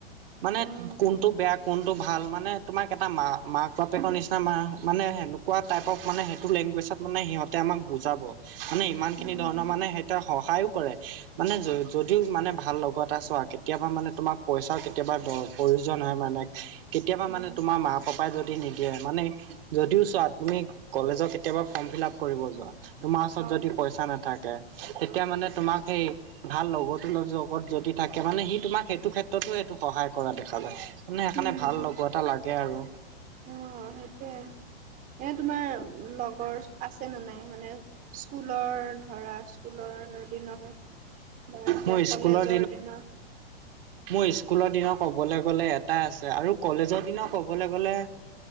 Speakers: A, on the right; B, on the right.
A: মানে
B: উম
A: কোনটো বেয়া কোনটো ভাল মানে তোমাক এটা মা মাক বাপেকৰ নিচিনা মা মানে হে টাই অফ মানে সেইটো লেংগুৱেজত মানে সিহঁতে আমাক বুজাব মানে ইমান খিনি
B: উম
A: ধৰণৰ মানে সিহঁতে সহায়ো কৰে। মানে যদিও মানে ভাল লগত এটা ছোৱা কেতিয়াবা মানে তোমাক পইচাও কেতিয়াবা দ প্ৰয়োজন হয় মানে কেতিয়াবা মানে
B: উম
A: তোমাৰ মা পাপাই যদি নিদিয়ে, মানে যদিও চোৱা তুমি কলেজ কেতিয়াবা ফৰ্ম ফিলাপ কৰিব যোৱা তোমাৰ ওচৰত
B: অ
A: যদি পইচ নাথাকে। তেতিয়া মানে তোমাক সেই ভাল লগৰটো লগত যদি থাকে মানে সি তোমাক সেইটো ক্ষেত্ৰতো সেইটো সহায় কৰা দেখা যায়। মানে সেইকাৰণে
B: উম
A: ভাল লগো এটা লাগে আৰু
B: অ', সেইটোৱে এনে তোমাৰ লগৰ আছে নে নাই মানে স্কুলৰ? ধৰা স্কুলৰ দিনৰ বা এতিয়া
A: মোৰ
B: কলেজৰ
A: স্কুলৰ
B: দিনৰ
A: মোৰ স্কুলৰ দিনা ক'বলৈ গ'লে এটা আছে আৰু কলেজৰ দিনৰ ক'বলৈ গ'লে